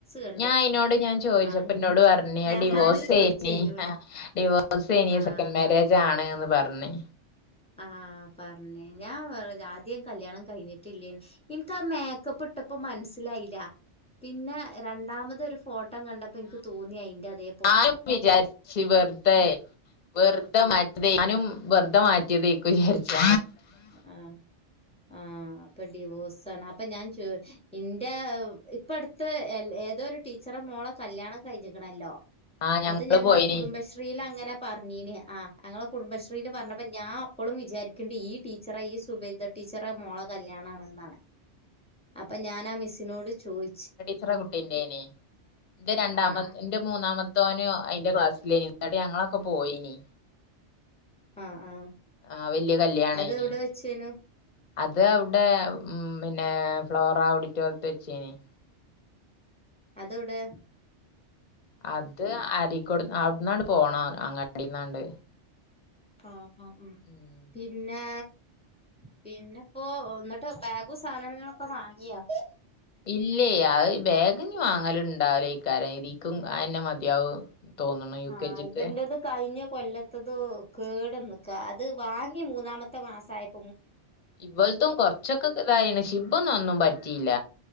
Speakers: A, in the centre; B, on the left (about 40°).
A: കണ്ട്
B: ഞാൻ അയ്നോട്ങ്ങനെ ചോയിച്ചപ്പൊന്നോട്
A: ആഹ്
B: പർഞ് അത്
A: ഞാനും
B: ഡിവോസ്
A: ചോയിച്ചു
B: നി
A: അയിനോട്
B: ആ ഡിവേസേനി
A: ആഹ്
B: സെക്കൻഡ് മാരേജാണ്ന്ന് പർഞ്ഞ്
A: ആ പർഞ് ഞാൻ <unintelligible> ആദ്യം കല്യാണം കയ്ഞ്ഞിട്ടില്ലേ ഇൻക്കത് മേക്കപ്പ്ട്ടപ്പൊ മൻസ്സിലായില്ല പിന്നെ രണ്ടാമത് ഒരു ഫോട്ടോ കണ്ടപ്പോ ഇൻക്ക് തോന്നി അയ്ന്റതേ
B: <unintelligible> വിചാരിച്ച് വെർതെ വെർതെ മാറ്റ ഞാനും വെർതെ മാറ്റിയേതേക്കും വിചാരിച്ച്
A: ആ ആ അപ്പൊ ഡിവോഴ്സാണ് അപ്പൊ ഞാൻ ചോയി ഇന്റെ ഇപ്പ അടുത്ത് ഏതോരു ടീച്ചറെ മോളെ കല്യാണം കഴിഞ്ഞിക്കണല്ലോ.
B: ആഹ് ഞങ്ങള്
A: അത് ഞങ്ങളെ
B: പോയിനി
A: കുടുംബശ്രീലങ്ങനെ. പറഞ്ഞീനിം ആ ഞങ്ങളെ കുടുംബശ്രീല് പറഞ്ഞപ്പൊ ഞാൻ അപ്പളും വിചാരിക്ക്ണ്ട് ഈ ടീച്ചറ ഈ സുബൈദ ടീച്ചറെ മോള കല്യാണം ആണ്ന്നാണ്. അപ്പം ഞാനാ മിസ്സിനോട് ചോയി
B: ടീച്ചറെ കുട്ടീന്റെയിനും എന്റെ രണ്ടാമ
A: ആഹ്
B: എന്റെ മൂന്നാമത്തോന് അയിന്റെ ക്ലാസ്സിലയിനും. എന്നിട്ട് ഞങ്ങളൊക്കെ പോയിനിം.
A: ആഹ് ആഹ്.
B: ആഹ് വല്യ കല്യാണ
A: അത്
B: അയനിം.
A: എവിടെ വെച്ചേനു
B: അത് അവിടെ ഉം പിന്നെ ഫ്ലോറ ഓഡിറ്റോറിയത്ത് വെച്ചയിനിം.
A: അത് എവിടെ?
B: അത് അരിക്കോട് അവിടുന്നാണ്ട് പോണം അങ്ങടിന്നാണ്ട്.
A: ആഹ് ആഹ്
B: ഉം
A: പിന്നെ പിന്നെപ്പൊഎന്നിട്ട് ബാഗും സാധനങ്ങളൊക്കെ വാങ്ങിയോ?
B: ഇല്ലേ അ ബേഗ് വാങ്ങല് ഇണ്ടാവലേക്കാരം ഇക്കുംഅതെന്നെ മതിയാവും. തോന്നുന്നു യു
A: ആഹ്
B: കെ ജി
A: ഇവന്റത്
B: ക്ക്.
A: കഴിഞ്ഞ കൊല്ലത്തത് കേട് വന്ന്ക്കാ അത് വാങ്ങി മൂന്നാമത്തെ മാസ ആയപ്പൊ
B: ഇവൾതുംകൊറച്ചൊക്കെ ഇതായിണ് ശിബൊന്നും ഒന്നും പറ്റിയില്ല.